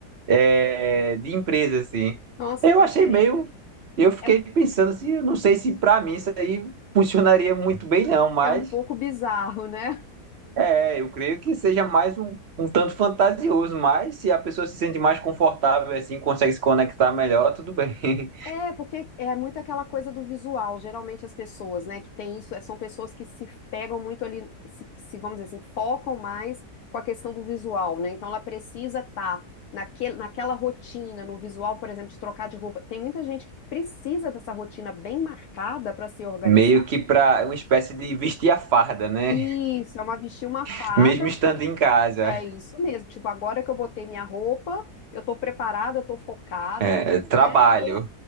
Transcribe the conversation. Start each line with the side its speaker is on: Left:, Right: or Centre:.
Right: é, de empresa, assim.
Left: Nossa,
Right: Eu
Left: perfeito.
Right: achei meio. Eu fiquei
Left: É,
Right: pensando assim, eu não sei se para mim isso aí funcionaria muito bem, não, mas
Left: é um pouco bizarro, né?
Right: é, eu creio que seja mais um, um tanto fantasioso, mas se a pessoa se sente mais confortável, assim, consegue se conectar melhor, tudo bem. <laughs>
Left: É, porque é muito aquela coisa do visual. Geralmente as pessoas, né, que tem isso, são pessoas que se pegam muito ali, se, se, vamos dizer assim, focam mais com a questão do visual, né? Então ela precisa estar naquele, naquela rotina, no visual, por exemplo, de trocar de roupa. Tem muita gente que precisa dessa rotina bem marcada para se organizar.
Right: Meio que para uma espécie de vestir a farda, né?
Left: Isso, é uma vestir uma
Right: <laughs>
Left: farda
Right: Mesmo estando em casa.
Left: É isso mesmo. Tipo, agora que eu botei minha roupa, eu tô preparada, eu tô focada,
Right: É, trabalho.
Left: né? E é,